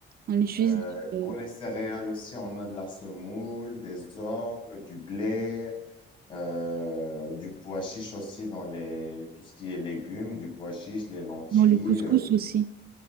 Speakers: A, on the right (about 55°); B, on the left (about 25°).
A: on l'utilise
B: Euh,
A: euh,
B: pour les céréales aussi, on a de la semoule, des orgues, du blé, euh, du pois chiche aussi dans les, tout ce qui est légumes, du pois chiche, les lentilles.
A: dans le couscous
B: euh.
A: aussi.